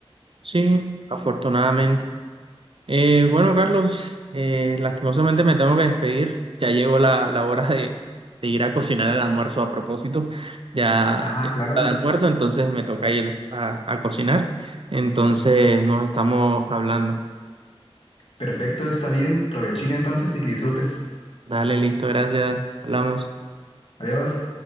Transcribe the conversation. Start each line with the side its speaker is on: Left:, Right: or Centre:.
Right: Sí, afortunadamente. Eh, bueno, Carlos, eh, lastimosamente me tengo que despedir. Ya llegó la, la hora de, de ir a cocinar el almuerzo a propósito. Ya,
Left: Ah,
Right: ya está
Left: claro,
Right: el almuerzo, entonces me toca ir a, a cocinar. Entonces nos estamos hablando.
Left: perfecto, está bien, provechina entonces y que disfrutes.
Right: Dale, listo, gracias. Hablamos.
Left: Adiós.